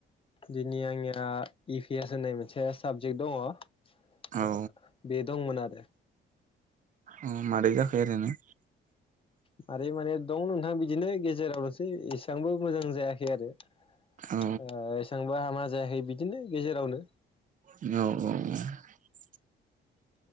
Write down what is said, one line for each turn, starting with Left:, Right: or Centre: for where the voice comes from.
Left: दिनै आंनिया इ पि एस होननाय मोनसे साबजेक्ट दङ। <inaudible>
Right: औ
Left: दंमोन आरो।
Right: ओं मारै जाखो ओरैनो।
Left: मारै माने दं नोंथां बिदिनो गेजेरावनोसै एसेबांबो मोजां जायाखै आरो। ओ
Right: औ
Left: एसेबां। <unintelligible> हामा जायाखै बिदिनो गेजेरावनो
Right: औ औ औ।